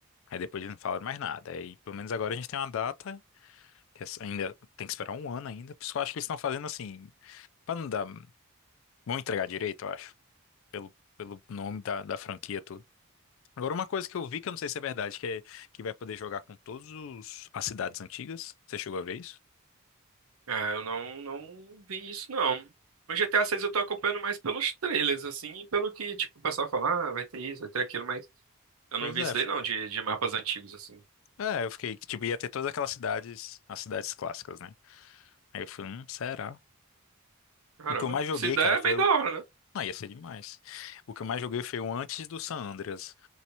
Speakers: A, on the left (about 60°); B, on the right (about 75°).
A: aí depois eles não falaram mais nada. Aí pelo menos agora a gente tem uma data, que essa- ainda tem que esperar um ano ainda. Por isso que eu acho que eles estão fazendo assim, pra não dar. Vão entregar direito, eu acho, pelo, pelo nome da, da franquia, tudo. Agora, uma coisa que eu vi que eu não sei se é verdade, que é que vai poder jogar com todos os, as cidades antigas. Você chegou a ver isso?
B: é, eu não, não vi isso, não. O GTA 6 eu tô acompanhando mais pelos trailers, assim, e pelo que, tipo, o pessoal fala, ah, vai ter isso, vai ter aquilo, mas eu
A: Pois
B: não vi
A: é.
B: isso daí, não, de, de mapas antigos, assim.
A: É, eu fiquei, tipo, ia ter todas aquelas cidades, as cidades clássicas, né? Aí eu falei, hum, será?
B: Caramba,
A: O que eu mais joguei,
B: se der,
A: cara, foi
B: é bem da
A: o...
B: hora, né?
A: Ah, ia ser demais. O que eu mais joguei foi o antes do San Andreas.